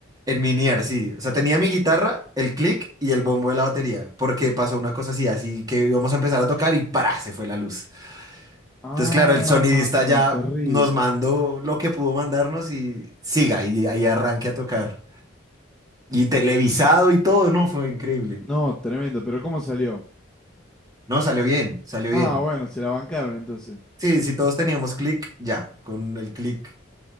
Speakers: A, on the right (about 20°); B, in the centre.
A: En miniar, sí. O sea, tenía mi guitarra, el click y el bombo de la batería. Porque pasó una cosa así, así que íbamos a empezar a tocar y ¡para! se fue la luz.
B: Ah,
A: Entonces, claro, el sonidista ya
B: terrible.
A: nos mandó lo que pudo mandarnos y siga, y ahí arranque a tocar. Y televisado y todo, no, fue increíble.
B: No, tremendo, pero ¿cómo salió?
A: No, salió bien, salió
B: Ah,
A: bien.
B: bueno, se la bancaron entonces.
A: Sí, si todos teníamos click, ya, con el click